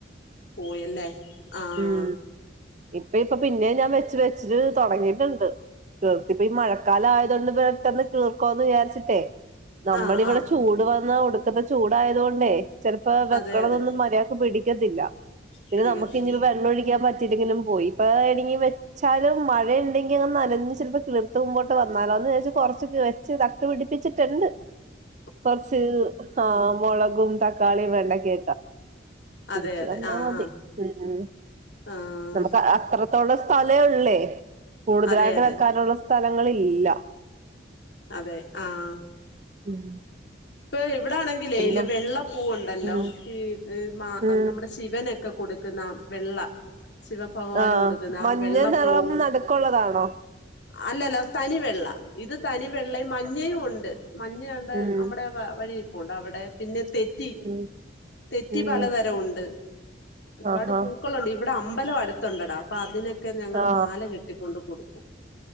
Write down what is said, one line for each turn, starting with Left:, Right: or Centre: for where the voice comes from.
Left: പോയല്ലേ ആഹ്
Right: ഉം ഇപ്പ ഇപ്പോ പിന്നെ ഞാൻ വെച്ച് വെച്ച് തുടങ്ങിയിട്ടുണ്ട് <unintelligible> ഇപ്പം ഈ മഴക്കാലം ആയതുകൊണ്ട് പട്ടെന്ന് കീളിർക്കോന്ന് വിചാരിച്ചിട്ടേ നമ്മളിവിടെ
Left: ആഹ് ആഹ്
Right: ചൂട് വന്നാ ഒടുക്കത്തെ ചൂടായത് കൊണ്ടേ ചെലപ്പോ വെ
Left: അതെ അതെ
Right: മര്യാക്ക് പിടക്കത്തില്ല പിന്നെ
Left: പിടിക്കത്തില്ല
Right: നമുക്ക് ഇഞ്ഞിപ്പോ വെള്ളം ഒഴിക്കാൻ പറ്റില്ലെങ്കിലും പോയി ഇപ്പ <unintelligible> ച്ചാലും മഴണ്ടെങ്കില് നനഞ്ഞ് ചെൽപ്പോ കിളർത്ത് മുമ്പോട്ട് വന്നാലോ എന്ന് വെ ച്ച് കൊറച്ചൊക്കെ വെച്ച് നട്ടു പിടിപ്പിച്ചിട്ടുണ്ട്
Left: <inaudible>
Right: കൊർച്ച് ആഹ് മുളകും തക്കാളീം വേണ്ടക്കെ പിടിച്ചു
Left: അതെ അതെ
Right: വന്നാ
Left: ആഹ്
Right: മതി
Left: ആഹ്
Right: ഉം ഉം
Left: ആഹ്
Right: നമുക്ക് അത്ര ത്രോള്ള സ്ഥലേള്ളേ കൂടുതലായിട്ട്
Left: അതെ അതെ
Right: വെക്കാനുള്ള സ്ഥലങ്ങള്ല്ല
Left: അതെ ആഹ്
Right: ഉം
Left: ഇപ്പ ഇവടെ ആണെങ്കിലേ
Right: പിന്നെ
Left: ഇല വെള്ളപ്പൂവുണ്ടല്ലോ
Right: ഉം
Left: ഈ മാ
Right: ഉം
Left: നമ്മുടെ ശിവനൊക്കെ കൊടുക്കുന്ന വെള്ള ശിവഭഗവാന്
Right: ആ
Left: കൊടുക്കുന്ന ആഹ്
Right: മഞ്ഞ
Left: വെള്ളപ്പൂവ്
Right: നിറം നടുക്കുള്ളതാണോ
Left: അല്ലല്ല തനി വെള്ള ഇത് തനി വെള്ളയും മഞ്ഞയും ഒണ്ട് മഞ്ഞ ദാണ്ട്
Right: ഉം
Left: നമ്മടെ വ വഴിയിരിപ്പുണ്ട് അവടെ പിന്നെ തെ റ്റി
Right: ഉം
Left: തെറ്റി
Right: ഉം
Left: പലതരം ഉണ്ട് ഒരുപാട്
Right: ആഹാ
Left: പൂ പൂക്കളുണ്ട് ഇവിടെ അമ്പലം അടുത്തുണ്ടടാ അപ്പൊ അതിനൊക്കെ ഞങ്ങള്
Right: ആ
Left: മാല കെട്ടിക്കൊണ്ട് കൊടുക്കും